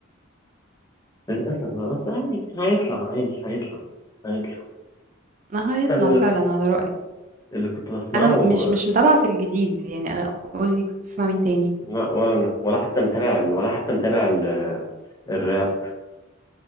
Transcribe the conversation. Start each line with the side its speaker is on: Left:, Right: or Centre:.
Left: للاسف بقى، بس يعني هيطلع عادي هيطلع هيطلع
Right: ما هيطلع
Left: انا اللي
Right: فعلا على رأيك
Left: اللي كنت بسمعه
Right: انا مش
Left: آه،
Right: مش متابعة في الجديد يعني قولي كنت بتسمع مين تاني
Left: لا ولا انا ولا حتى متابع ال- ولا حتى متابع ال- الراب